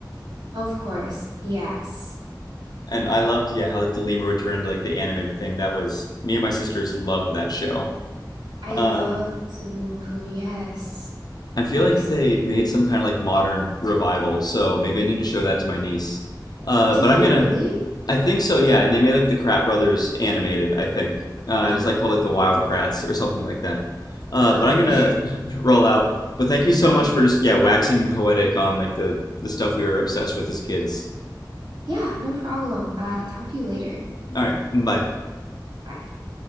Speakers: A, on the right (about 70°); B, on the left (about 60°).
A: Of course. Yes.
B: And I loved yeah, how like the lemur would turn into like the animated thing. That was me and my sisters loved that show.
A: I
B: Um
A: loved the Moo Moo Fu. Yes.
B: I feel
A: I miss
B: like
A: it.
B: they made some kind of like modern revival, so maybe I need to show that to my niece. Uh,
A: Did
B: but I'm
A: they
B: gonna
A: really?
B: I think so, yeah. And they made like the Krat Brothers animated, I think. Uh,
A: Oh.
B: it is like called like the Wild Krats or something like that. Uh,
A: Oh.
B: but I'm gonna
A: <laughs>
B: <laughs> roll out. But thank you so
A: Okay.
B: much for just yeah waxing poetic on like the the stuff we were obsessed with as kids.
A: Yeah, no problem. Uh, talk to you later.
B: All right, bye.
A: Bye.